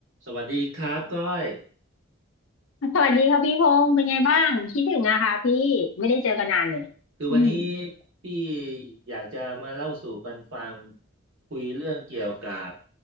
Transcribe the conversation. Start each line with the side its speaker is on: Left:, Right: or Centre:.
Right: สวัสดีครับก้อย
Left: สวัสดีค่ะพี่พงษ์เป็นไงบ้างคิดถึงนะคะพี่ไม่ได้เจอกันนานเลย
Right: คือวันนี้
Left: อืม
Right: พี่อยากจะมาเล่าสู่กันฟังคุยเรื่องเกี่ยวกับ